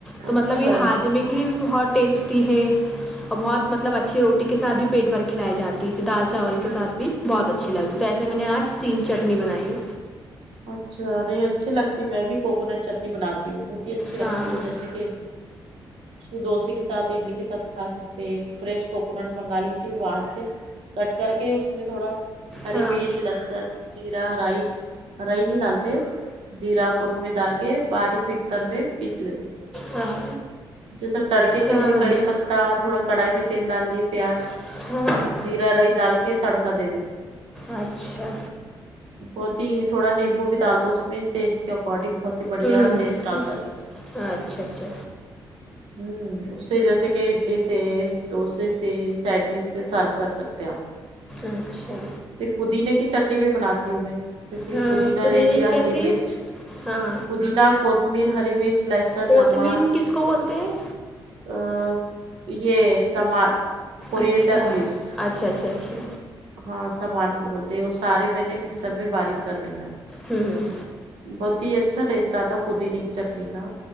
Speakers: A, in the centre; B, on the right (about 75°).
A: تو
B: اچھا
A: مطلب یہ ہاجم کی لیے بھی بہت ٹیسٹی ہے اور بہت مطلب اچھی روٹی کے ساتھ بھی پیٹ بھر کھلائی جاتی دال چاول کے
B: ہمم
A: ساتھ بھی بہت اچھی لگتی ہے تو ایسے میں نے آج تین چٹنی بنائی ہو
B: اچھا نہیں اچھی لگتی میں بھی کوکونٹ چٹنی بناتی ہوں بہت ہی ا اچھی لگتی
A: ہاں
B: ہو جیسے کہ اس ڈوسے کے ساتھ اڈلی کے ساتھ کھا سکتے ہیں فریش کوکونٹ منگا لی تھی باہر سے کٹ کر کے اس میں تھوڑا ہری
A: ہاں
B: مرچ لہسن جیرا رائی رائی نی ڈالتے زیرا کوتمیر ڈال کے باریک مکسر میں پیس لیتے
A: ہاں
B: جیسے تڑکے کے
A: ہاں
B: لیے کڑی پتتا تھوڑا کڑھائی میں تیل ڈال دیے پیاز
A: ہاں
B: زیرا رائی ڈال کے تڑکا دے دیتے
A: اچھا
B: بہت ہی تھوڑا نیمبو بھی ڈال دو اس میں ٹیسٹ کے اکارڈنگ بہت ہی بڑھیا
A: ہوں
B: ٹیسٹ
A: ہوں
B: آتا ہے اس میں
A: اچھا اچھا
B: ہوں اس سے جیسے کہ اڈلی سے ڈوسے سے سینڈوچ سے سرو کر سکتے آپ
A: اچھا
B: پھر پودینے کی چٹنی بھی بناتی ہوں میں
A: ہاں
B: پودینا
A: پودینے
B: لے لیا
A: کی کیسی
B: ہری مرچ
A: ہاں
B: پودینا کوتمیر ہری مرچ لہسن
A: کوتمین
B: نمک
A: کس کو بولتے ہیں
B: ا یہ سمار کورینڈر
A: اچھا
B: لیوس
A: اچھا اچھا اچھا
B: ہاں سمار کو بولتے ہیں وہ سارے میں نے مکسر میں باریک کر لینا ہے
A: ہممم
B: بہت ہی اچھا ٹیسٹ آتا پودینے کی چٹنی کا